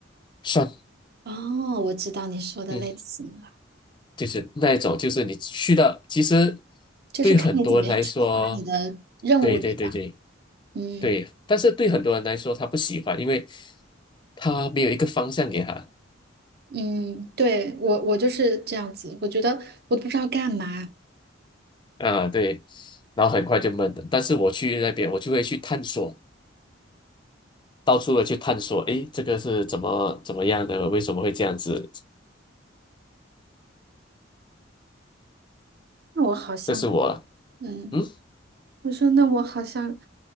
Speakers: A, on the left; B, on the right.
A: 算
B: 哦，我知道你说的类型了，
A: 嗯，就是那一种，就是你去到其实
B: 就是看你怎么样触发你的任务，
A: 对很多人来说，对对对对
B: 对吧？嗯
A: 对，但是对很多人来说他不喜欢，因为他没有一个方向给他。
B: 嗯，对，我我就是这样子，我觉得我都不知道干嘛，
A: 啊，对，然后很快就闷了。但是我去那边，我就会去探索，到处的去探索，诶，这个是怎么怎么样的？为什么会这样子？
B: 那我好像
A: 这是我了，
B: 嗯。
A: 嗯，
B: 我说那我好像，